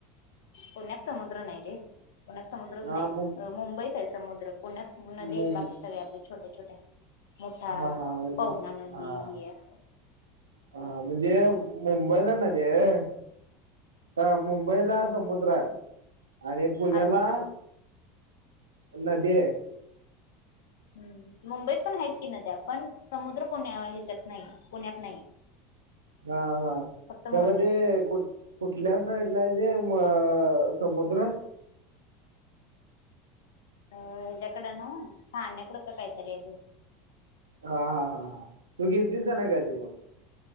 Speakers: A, on the left; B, on the right.
A: पुण्यात समुद्र नाही रे पुण्यात समुद्रच
B: हा
A: नाही.
B: मग
A: मुंबईत आहे समुद्र पुण्यात. नदी
B: मु
A: बाकी सगळे आपले छोट्या छोट्या. मोठा
B: हा हा हा. <unintelligible>
A: पवना नदी
B: हां.
A: हे असं
B: हा म्हणजे मुंबईला नदी आहे. हा मुंबईला समुद्र हाय. आणि पुण्याला
A: अरबी समुद्र
B: नदी ये.
A: हम्म मुंबईत पण आहेत की, नद्या पण समुद्र पुण्या हिजत नाही पुण्यात नाही.
B: हा हा
A: फक्त
B: खरं
A: मुंबईत
B: ते
A: आहे
B: कुठं. कुठल्या साईडला आहे तेे अ समुद्र.
A: अ हेच्याकड नवं पाण्याकड का काहीतरी आहे.
B: हा हा हा हा तू गेलतीस कणी कधी मग.